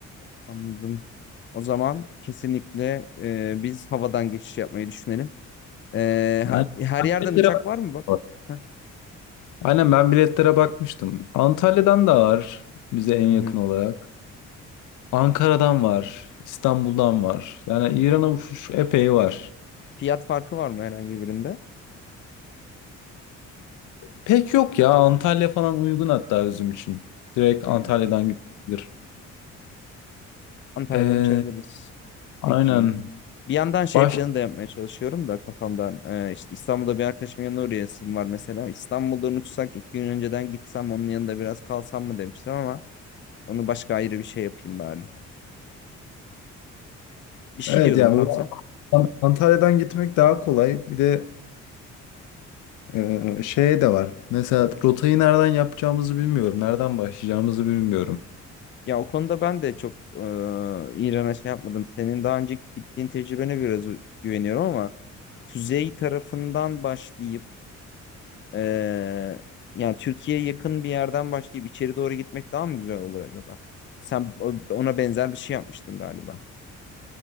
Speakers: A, on the left (about 40°); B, on the left (about 80°).
A: Anladım. O zaman kesinlikle e, biz havadan geçiş yapmayı düşünelim. E,
B: Aynen.
A: ha- her yerden
B: Biletlere
A: uçak var mı bak?
B: bak.
A: Heh.
B: Aynen ben biletlere bakmıştım. Antalya'dan da var bize en yakın
A: Hı hı.
B: olarak. Ankara'dan var, İstanbul'dan var. Yani İran'a uçuş epey var.
A: Fiyat farkı var mı herhangi birinde?
B: Pek yok ya Antalya falan uygun hatta bizim için. Direkt
A: Hmm.
B: Antalya'dan gidilir.
A: Antalya'dan
B: Ee,
A: uçabiliriz.
B: aynen.
A: Peki. Bir yandan şey
B: Baş
A: planı da yapmaya çalışıyorum da kafamdan. Ee, işte İstanbul'da bir arkadaşımın yanına uğrayasım var mesela. İstanbul'dan uçsak ilk gün önceden gitsem onun yanında biraz kalsam mı demiştim ama onu başka ayrı bir şey yapayım bari. Bir şey
B: Evet
A: diyordun
B: ya
A: tam
B: bu
A: sen.
B: Antalya'dan gitmek daha kolay. Bir de e, şey de var. Mesela rotayı nereden yapacağımızı bilmiyorum. Nereden başlayacağımızı bilmiyorum.
A: Ya o konuda ben de çok e, İran'a şey yapmadım. Senin daha önce gittiğin tecrübene biraz güveniyorum ama kuzey tarafından başlayıp Ee, yani Türkiye'ye yakın bir yerden başlayıp içeri doğru gitmek daha mı güzel olur acaba? Sen o- ona benzer bir şey yapmıştın galiba.